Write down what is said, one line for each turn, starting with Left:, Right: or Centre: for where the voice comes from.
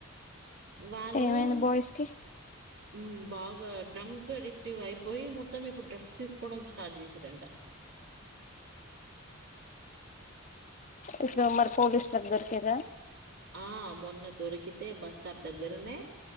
Right: వాళ్లు
Left: ఏమైంది బాయ్స్ కి
Right: ఉమ్ బాగా డ్రంక్ అడిక్టివ్ అయిపోయి, మొత్తం ఇప్పుడు డ్రగ్స్ తీసుకోవడం స్టార్ట్ చేసిరంట.
Left: ఇప్పుడు మరి పోలీస్లకి దొరికిర
Right: ఆ మొన్న దొరికితే బస్ స్టాప్ దగ్గరనే